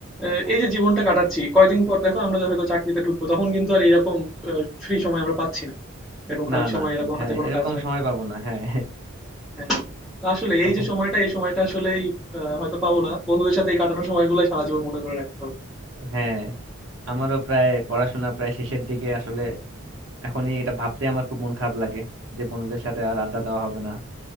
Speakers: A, in the centre; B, on the right.
A: আহ, এই যে জীবনটা কাটাচ্ছি কয়দিন পর দেখো আমরা হয়তো চাকরিতে ঢুকবো তখন কিন্তু আর এরকম ফ্রি সময় আমরা পাচ্ছি না এরকম খালি
B: না
A: সময়
B: না
A: এরকম
B: হ্যাঁ
A: হাতে কোনো
B: এরকম
A: কাজ নাই
B: সময় পাবো না হ্যাঁ
A: হ্যাঁ হ্যাঁ। তো আসলে
B: তখন
A: এই যে সময়টা এই সময়টা আসলেই আহ, হয়তো পাবো না বন্ধুদের সাথে এই কাটানোর সময়গুলো সারা জীবন মনে করে রাখতে হবে
B: হ্যাঁ আমারও প্রায় পড়াশোনা প্রায় শেষের দিকে আসলে এখনই এটা ভাবতে আমার খুব মন খারাপ লাগে যে বন্ধুদের সাথে আর আড্ডা দেওয়া হবে না